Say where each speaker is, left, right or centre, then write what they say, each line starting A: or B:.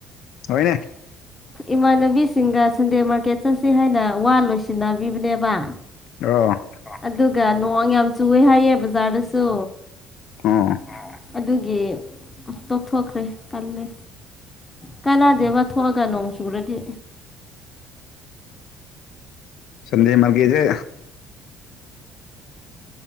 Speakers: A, on the left (about 70°); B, on the left (about 20°).
A: ꯍꯅꯦ
B: ꯏꯃꯥꯟꯅꯕꯤꯁꯤꯡꯒ ꯁꯟꯗꯦ ꯃꯥꯔꯀꯦꯠ ꯆꯠꯁꯤ ꯍꯥꯏꯅ ꯋꯥ ꯂꯣꯏꯁꯤꯟꯅꯕꯤꯕꯅꯦꯕ
A: ꯑ
B: ꯑꯗꯨꯒ ꯅꯣꯡ ꯌꯥꯝ ꯆꯨꯏꯦ ꯍꯥꯏꯌꯦ ꯕꯖꯥꯔꯗꯁꯨ
A: ꯑꯣ
B: <unintelligible> ꯑꯗꯨꯒꯤ ꯇꯣꯛꯊꯣꯛꯈ꯭ꯔꯦ ꯇꯜꯂꯦ ꯀꯥꯟꯅꯗꯦꯕ ꯊꯣꯛꯑꯒ ꯅꯣꯡ ꯆꯨꯔꯗꯤ
A: ꯁꯟꯗꯦ ꯃꯔꯀꯦꯠ ꯁꯦ